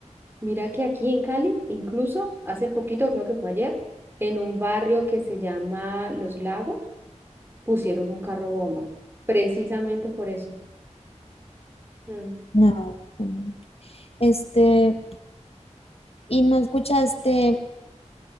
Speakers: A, on the right; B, on the left.
A: Mira que aquí en Cali, incluso hace poquito, creo que fue ayer, en un barrio que se llama Los Lagos, pusieron un carro bomba, precisamente por eso. Mm.
B: No, hombre. Este, y no escuchaste